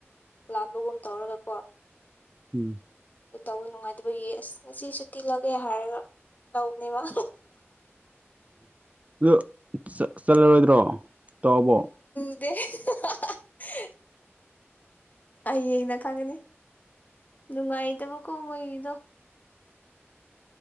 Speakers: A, on the left; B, on the right.
A: ꯂꯥꯟꯕꯒꯨꯝ ꯇꯧꯔꯒꯀꯣ
B: ꯎꯝ
A: ꯑꯗꯨ ꯇꯧꯕ ꯅꯨꯡꯉꯥꯏꯇꯕꯒꯤ ꯑꯁ ꯉꯁꯤ ꯁꯨꯇꯤ ꯂꯧꯒꯦ ꯍꯥꯏꯔꯒ ꯇꯧꯕꯅꯦꯕ
B: ꯑꯗꯨ ꯆꯠꯂꯔꯣꯏꯗ꯭ꯔꯣ ꯇꯕꯣ
A: <unintelligible> ꯍꯌꯦꯡꯅ ꯈꯪꯒꯅꯤ ꯅꯨꯡꯉꯥꯏꯇꯕꯀꯣ ꯃꯣꯏꯗꯣ